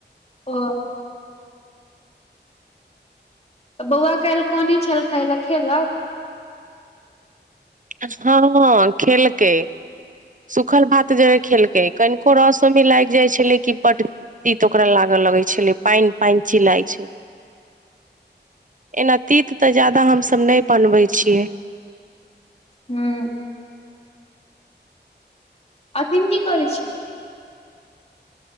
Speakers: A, on the left; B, on the right.
A: ओ बौआ काल्हि कोान छल खा ल खेलक
B: हँ खेलकै सुखल भात जे खेलकै कनिको रस मे लागि जाइ छलै क बड तीत ओकरा लागऽ लगे छलै पानि पं ची लइ छैना तीत तऽ जाददा हमस नहि बनबै छियै
A: हू एखन की कर छै